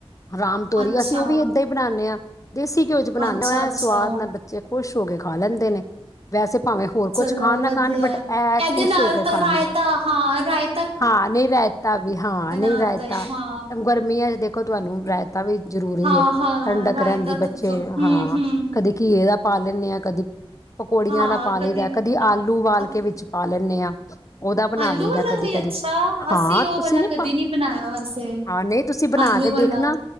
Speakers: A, on the left (about 35°); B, on the right (about 70°).
A: ਰਾਮ ਤੋਰੀ
B: ਅੱਛਾ,
A: ਅਸੀਂ ਉਹ ਵੀ ਏਦਾਂ ਹੀ ਬਣਾਨੇ ਆ ਦੇਸੀ ਘਿਓ ਚ ਬਣਾਨੇ
B: ਅੱਛਾ-ਅੱਛਾ
A: ਆ ਐ ਸਵਾਦ ਨਾਲ ਬੱਚੇ ਖੁਸ਼ ਹੋ ਕੇ ਖਾ ਲੈਂਦੇ ਨੇ ਵੈਸੇ ਭਾਵੇਂ ਹੋਰ
B: ਚਲੋ
A: ਕੁਛ ਖਾਣ ਨਾ
B: ਵਧੀਆ
A: ਖਾਣ, ਬਟ ਇਹ
B: ਇਹਦੇ
A: ਖੁਸ਼
B: ਨਾਲ
A: ਹੋ ਕੇ
B: ਤਾਂ
A: ਖਾਣ
B: ਰਾਇਤਾ
A: ਦੇ
B: ਹਾਂ ਰਾਏ
A: ਹਾਂ, ਨਈ ਰਾਇਤਾ ਵੀ ਹਾਂ, ਨਹੀਂ
B: ਨਾਲ
A: ਰਾਇਤਾ,
B: ਤੇ ਹਾਂ।
A: ਗਰਮੀਆਂ ਚ ਦੇਖੋ ਤੁਹਾਨੂੰ ਰਾਇ ਤਾਂ ਵੀ ਜਰੂਰੀ
B: ਹਾਂ
A: ਐ,
B: ਹਾਂ
A: ਠੰਡਕ
B: ਰਾਇਤਾ
A: ਰਹਿੰਦੀ ਬੱਚੇ,
B: ਤਾਂ ਹੂੰ
A: ਹਾਂ
B: ਹੂੰ
A: ਕਦੀ ਘੀਏ ਦਾ ਪਾ ਲੈਂਨੇ ਆ, ਕਦੀ ਪਕੌੜੀਆਂ
B: ਹਾਂ
A: ਦਾ ਪਾ ਲਈ ਦਾ, ਕਦੀ
B: ਹਾਂ
A: ਆਲੂ ਉਬਾਲ
B: ਅਸੀਂ
A: ਕੇ ਵਿੱਚ ਪਾ ਲੈਨੇ ਆ, ਉਹਦਾ ਬਣਾ
B: ਆਲੂ
A: ਲਈਦਾ,
B: ਵਾਲਾ
A: ਕਦੇ-ਕਦੇ
B: ਵੀ ਅੱਛਾ
A: ਹਾਂ,
B: ਅਸੀਂ ਉਹ
A: ਤੁਸੀਂ
B: ਵਾਲਾ
A: ਨੀ
B: ਕਦੇ
A: ਪ,
B: ਨਹੀਂ ਬਣਾਇਆ ਵੈਸੇ
A: ਹਾਂ ਨਈ ਤੁਸੀਂ ਬਣਾ
B: ਆਲੂ
A: ਕੇ ਦੇਖਨਾ
B: ਵਾਲਾ